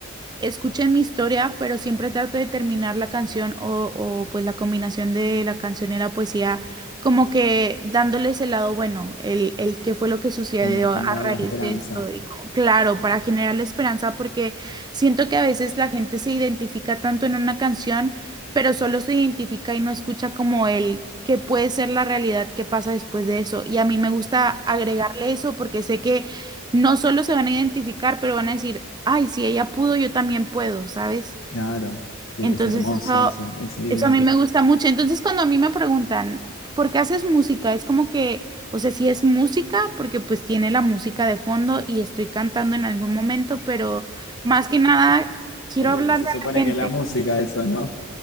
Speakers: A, on the right; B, on the left.
A: Escuchen mi historia, pero siempre trato de terminar la canción o, o, pues la combinación de la canción y la poesía, como que dándoles el lado bueno, el, el qué fue lo que sucedió
B: como generar
A: a raíz
B: la esperanza.
A: de esto. Y como- claro, para generar la esperanza, porque siento que a veces la gente se identifica tanto en una canción, pero solo se identifica y no escucha como el qué puede ser la realidad que pasa después de eso. Y a mí me gusta agregarle eso porque sé que no solo se van a identificar, pero van a decir, ay, si ella pudo, yo también puedo, ¿sabes?
B: Claro, que
A: Entonces
B: es hermoso
A: eso,
B: eso, esa idea.
A: eso a mí me gusta mucho. Entonces cuando a mí me preguntan, ¿por qué haces música? Es como que, o sea, sí es música, porque pues tiene la música de fondo y estoy cantando en algún momento, pero más que nada quiero
B: Es
A: hablarle
B: lo que se supone
A: a la
B: que
A: gente.
B: es la música, eso, ¿no?